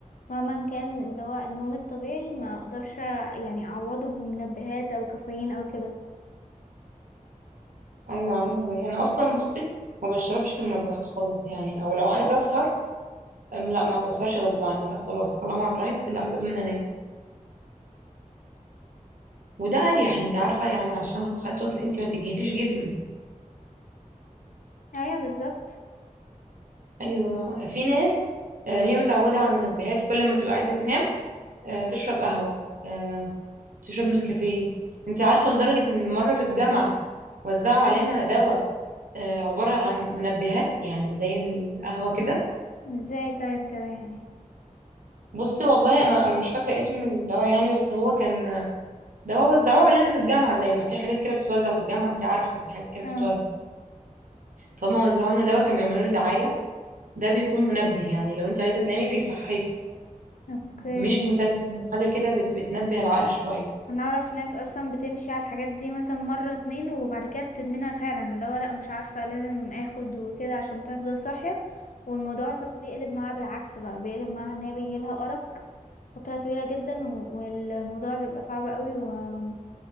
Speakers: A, on the left (about 70°); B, on the right (about 75°).
A: مهما كان اللي هو النوم الطبيعي ما اقدرش يعني اعوضه بمنبهات او كافيين او كده
B: ايوه عاملة زي انا اصلا بصي ما بشربش منبهات خالص يعني او لو عايزة اسهر أم لا ما بسهرش غصب عني لا خلاص طالما تعبت لا لازم انام وده اريح انت عارفة يعني عشان خاطر انت ما تجيليش جسمك
A: ايوه بالظبط
B: ايوه في ناس آه، هي متعودة على المنبهات كل ما تبقى عايزة تنام آه، تشرب قهوة آه، تشرب نسكافيه انت عارفة لدرجة ان مرة في الجامعة وزعوا علينا دواء آه، عبارة عن منبهات يعني زي القهوة كده
A: ازاي طيب كده يعني
B: بصي والله انا انا مش فاكرة اسم الدواء يعني بس هو كان دواء وزعوه علينا في الجامعة زي ما في حاجات كده بتتوزع في الجامعة انت عارفة في حاجات كده بتتوزع
A: اه
B: فهم وزعوا لنا دواء كان بيعملوا له دعاية ده بيكون منبه يعني لو انت عايزة تنامي بيصحيك
A: اوكي
B: مش مسكن حاجة كده بت- بتنبه العقل شوية
A: انا اعرف ناس اصلا بتمشي على الحاجات دي مثلا مرة اتنين وبعد كده بتدمنها فعلا اللي هو لا مش عارفة لازم اخد وكده عشان تفضل صاحية والموضوع اصلا بيقلب معاها بالعكس بقى بيقلب معاها ان هي بيجيلها ارق فترة طويلة جدا و- والموضوع بيبقى صعب قوي وما